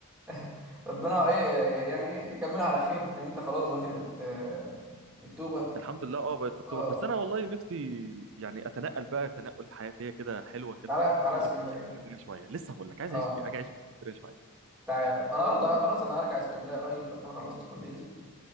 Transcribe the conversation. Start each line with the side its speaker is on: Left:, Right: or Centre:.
Centre: <laughs> ربنا ايه يعني يكملها على خير ان انت خلاص دلوقتي بت... اكتوبر
Right: الحمد لله اه بقت في اكتوبر
Centre: اه
Right: بس انا والله نفسي يعني اتنقل بقى تنقل حياتيه كده حلوه كده
Centre: تعالى تعالى اسكندريه
Right: واجي اعيش في اسكندريه شويه لسه بقول لك عايز
Centre: اه
Right: اعيش اجي اعيش في اسكندريه شويه
Centre: تعالى انا النهارده آه، خلاص انا هرجع اسكندريه قريب اكون خلصت كليتي